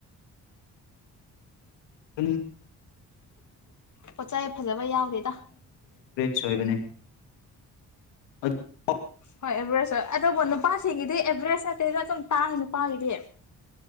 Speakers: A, on the left; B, on the left.
A: <inaudible>
B: ꯄꯣꯠ ꯆꯩ ꯐꯖꯕ ꯌꯥꯎꯗꯦꯗ
A: ꯁꯣꯏꯕꯅꯦ ꯑꯗ ꯑꯛ
B: ꯍꯣꯏ ꯑꯦꯚꯔꯦꯁ ꯑꯣꯏ ꯑꯗꯣꯕꯣ ꯅꯨꯄꯥꯁꯤꯒꯤꯗꯤ ꯑꯦꯚꯔꯦꯁ ꯅꯠ ꯇꯨꯔꯤꯖꯨ ꯑꯗꯨꯝ ꯇꯥꯡꯉꯤ ꯅꯨꯄꯥꯒꯤꯗꯤ